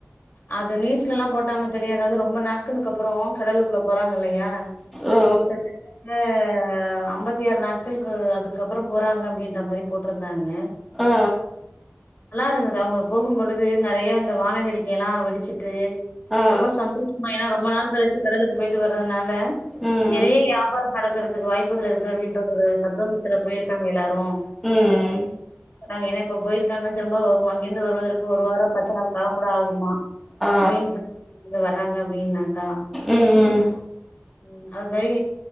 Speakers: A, on the left (about 45°); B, in the centre.
A: அது நியூஸ்ல எல்லா போட்டாங்க தெரிய அதாவது ரொம்ப நாட்களுக்கு அப்றம் கடலுக்குள்ள போறாங்க இல்லையா
B: ஓ
A: கிட்டத்தட்ட ஐம்பத்தி ஆறு நாட்களுக்கு அதுக்கப்புறம் போறாங்க அப்படின்ற மாரி போட்டிருந்தாங்க
B: ஆ
A: அலாரம் அவுங்க போகும்பொழுது நறைய அந்த வானவெடி எல்லா வெடிச்சிட்டு
B: ஆ ஆ
A: ரொம்ப சந்தோஷமா ஏன்னா ரொம்ப நாள் கழிச்சு கடலுக்கு போய்ட்டு வரறதுனால
B: ம்
A: நிறைய வியாபாரம் நடக்கறதுக்கு வாய்ப்புகள் இருக்கு அப்படின்ற ஒரு சந்தோஷத்துல போயிருக்காங்க எல்லாரும்
B: ம்
A: அப்ப ஏ இப்ப போயிருக்காங்கன்ன திரும்ப அங்கிருந்து வருவதற்கு ஒரு வாரம் பத்து நாள் காலம் கூட ஆகும் பெரியம்மா
B: ஆ
A: மீன் புடிச்சுக்கின்னு வராங்க ஏய் நான் ஆம்
B: ம் ம்
A: உம் அது போயி